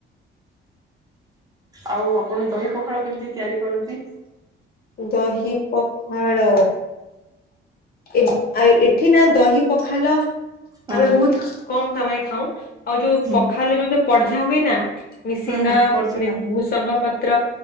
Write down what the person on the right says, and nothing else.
ଆଉ ଆପଣ ଦହି ପଖାଳ କେମିତି ତିଆରି କରନ୍ତି?
ହଁ
ହୁଁ
ହୁଁ ହୁଁ ପଡିଛିନା